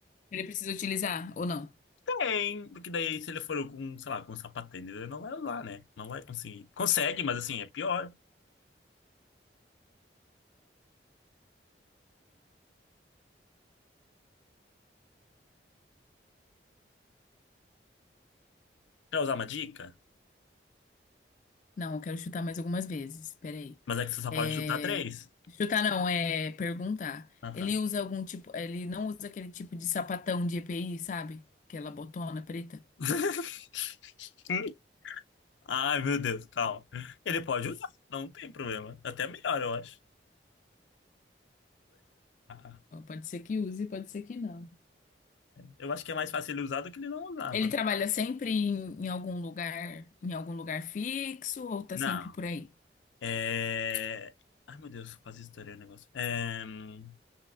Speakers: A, on the left (about 45°); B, on the left (about 85°).
A: que Ele precisa utilizar ou não?
B: Tem, porque daí se ele for com, sei lá, com sapatênis, ele não vai usar, né? Não vai conseguir. Consegue, mas assim, é pior. Quer usar uma dica?
A: Não, eu quero chutar mais algumas vezes. Peraí.
B: Mas é que você só
A: É,
B: pode chutar três.
A: Chutar não, é perguntar.
B: Ah,
A: Ele
B: tá.
A: usa algum tipo. Ele não usa aquele tipo de sapatão de EPI, sabe? Aquela botona preta.
B: <laughs> Ai, meu Deus, calma. Ele pode usar, não tem problema. Até melhor, eu acho. Ah,
A: Ó, Pode ser que use, pode ser que não.
B: Eu acho que é mais fácil ele usar do que ele não usar,
A: Ele
B: mano.
A: trabalha sempre em, em algum lugar, em algum lugar fixo, ou tá
B: Não.
A: sempre por aí?
B: É... Ai, meu Deus, quase estourei o negócio. É... hum,